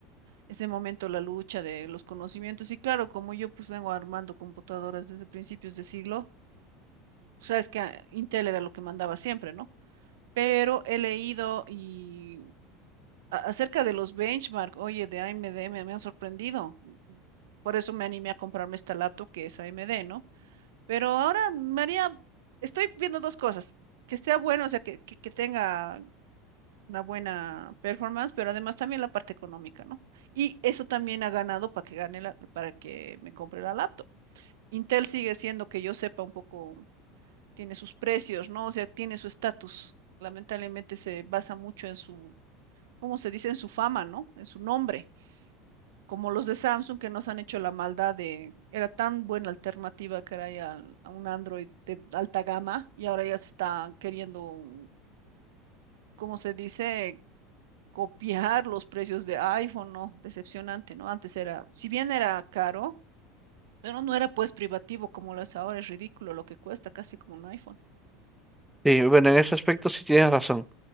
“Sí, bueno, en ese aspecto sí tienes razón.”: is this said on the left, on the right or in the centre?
Centre